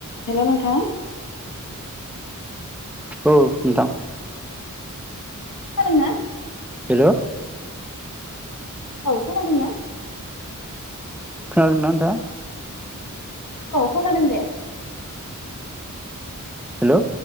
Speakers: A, on the left (about 70°); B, in the centre.
A: हेलौ नोंथां
B: औ नोंथां
A: खोनादों ना
B: हेलौ
A: औ खोनादोंना
B: खोनादोंना नोंथांआ
A: औ खोनादों दे
B: हेलौ